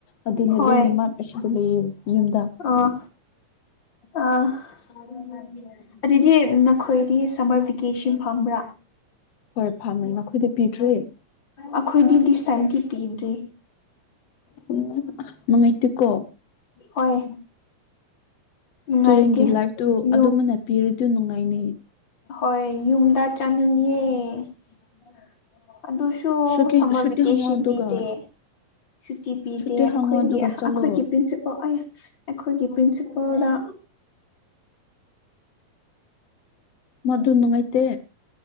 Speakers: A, on the left; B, on the left.
A: ꯑꯗꯨꯅ
B: ꯍꯣꯏ
A: ꯂꯣꯏꯅꯃꯛ ꯑꯁꯤꯗ ꯂꯩꯌꯦ ꯌꯨꯝꯗ
B: ꯑꯥ ꯑꯥ <inaudible> ꯑꯗꯨꯗꯤ ꯅꯈꯣꯏ ꯀꯤ ꯁꯝꯃꯔ ꯚꯦꯀꯦꯁꯟ ꯐꯪꯕ꯭ꯔꯥ
A: ꯍꯣꯏ ꯐꯥꯝꯅ ꯑꯩꯈꯣꯏꯗ ꯄꯤꯗ꯭ꯔꯦ
B: ꯑꯩꯈꯣꯏꯗꯤ ꯗꯤꯁ ꯇꯥꯏꯝꯇꯤ ꯄꯤꯗ꯭ꯔꯤ
A: ꯎꯝ ꯅꯨꯡꯉꯥꯏꯇꯦꯀꯣ
B: ꯍꯣꯏ
A: ꯏꯁꯇꯨꯗꯦꯟꯒꯤ
B: ꯅꯨꯡꯉꯥꯏꯇꯦ
A: ꯂꯥꯏꯐꯇꯨ
B: ꯌꯨꯝ
A: ꯑꯗꯨꯃꯅ ꯄꯤꯔꯤ ꯗꯨ ꯅꯨꯡꯉꯥꯏꯅꯤ
B: ꯍꯣꯏ ꯌꯨꯝꯗ ꯆꯠꯅꯤꯡꯉꯦ <inaudible> ꯑꯗꯨꯁꯨ
A: ꯁꯨꯇꯤ
B: ꯁꯝꯃꯔ
A: ꯁꯨꯇꯤ
B: ꯚꯦꯀꯦꯁꯟ
A: ꯍꯪꯉꯣ ꯑꯗꯨꯒ
B: ꯄꯤꯗꯦ ꯁꯨꯇꯤ ꯄꯤꯗꯦ
A: ꯁꯨꯇꯤ ꯍꯪꯉꯣ
B: ꯑꯩꯈꯣꯏꯒꯤ
A: ꯑꯗꯨꯒ ꯆꯠꯂꯣ
B: ꯑꯩꯈꯣꯏꯒꯤ ꯄ꯭ꯔꯤꯟꯁꯤꯜ ꯑꯩꯈꯣꯏꯒꯤ ꯄꯔ꯭ꯤꯟꯁꯤꯄꯥꯜ ꯍꯗꯥ
A: ꯃꯗꯨ ꯅꯨꯡꯉꯥꯏꯇꯦ